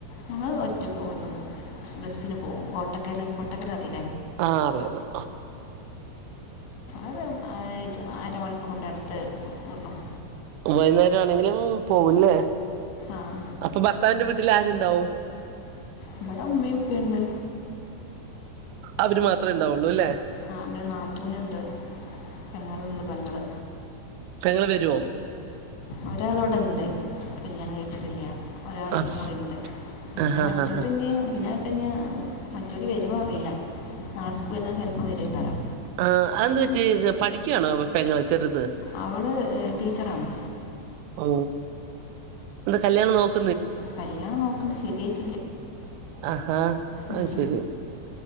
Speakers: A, on the left (about 90°); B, on the right (about 90°).
A: നങ്ങള് ഒറ്റക്കിവ്ട്ന്ന് പോവും ബസിന് പോകും കോട്ടക്കല് ഓട്ടക്ക അറിയോ?
B: ആഹ് അറിയറ്യാ.
A: ഒര് അരമണിക്കൂറി്ന്റെട്ത്ത് ഇടും.
B: വൈന്നേരം ആണെങ്കിലും പോവുംല്ലേ
A: ആ
B: അപ്പൊ ഭർത്താവിന്റെ വീട്ടിൽ ആര് ദൗഫ്.
A: ഇവിടെ ഉമ്മിം ഉപ്പിണ്ട്.
B: അവര് മാത്രേ ഇണ്ടാവൊള്ളൂ അല്ലേ?
A: ആ പിന്നെ നാത്തൂന്ണ്ട് പെങ്ങള്ണ്ട് പെങ്ങള്.
B: പെങ്ങള്‌വര്യോ?
A: ഒരാള് ഇവ്ടെണ്ട് കല്യാണം കഴിച്ചിട്ടില്ല ഒരാൾ
B: അത്
A: കൂടി
B: ശ
A: ഇണ്ട്. പിന്നെ
B: ആഹ് ആഹ്
A: മറ്റോര്ഞ്ഞ്
B: ആഹ്
A: കല്ല്യാണ കയ്ച്ചയ്ഞ്ഞ മറ്റോല്‌ വരോ അറീല നാളെ സ്കൂൾന്ന് ചെൽപ്പോ വരൊയ്ക്കാരം.
B: ആ അതെന്തു പറ്റി പഠിക്ക്യാണോ പെങ്ങള്? ചെറുത്
A: അവള് എഹ് ടീച്ചറാണ്
B: ഓ എന്താ കല്യാണം നോക്ക്
A: കല്യാണം നോക്കെണ്ട് ശരിയാ
B: ആഹാ
A: ഉം.
B: ആത് ശെരി.